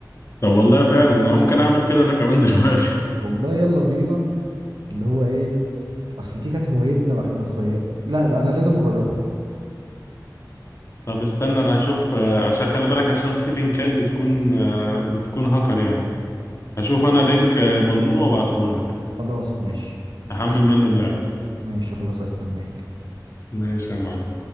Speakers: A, on the left (about 40°); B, on the right (about 80°).
A: طب والله فعلا انا ممكن اعمل كده انا كمان <laughs> دلوقتي
B: والله يلا بينا اللي هو ايه اصل دي كانت هوايتنا واحنا صغير لا لا انا لازم اجربها
A: طب استنى انا هشوف آه، عشان خلي بالك عشان في لينكات بتكون آه، بتكون هاكر يعني هشوف انا لينك آه، مضمون وابعته لك
B: خلاص ماشي
A: احمل منه اللعبة
B: ماشي خلاص هستناك
A: ماشي يا معلم